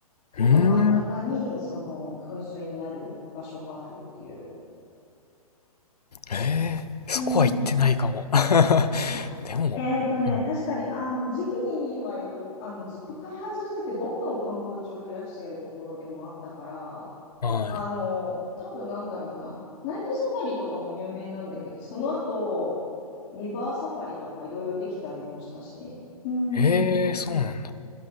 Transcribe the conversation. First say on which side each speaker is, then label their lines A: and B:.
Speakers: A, on the left; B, on the left.
A: 手の真ん中にその噴水になる場所があるっていう。
B: うーん。へえ。そこは行ってないかも。
A: うん。
B: <laughs>
A: あ、
B: でも、
A: えっとね、
B: うん。
A: 確かにあの時期にはよる、あのずっと開発してて、どんどん観光地を増やしているところでもあったから、
B: はい。
A: あの多分なんだろうな、ナイトサファリとかも有名なんだけど、その後、リバーサファリとかいろいろできたりもしたし。うーん。
B: へえ、そうなんだ。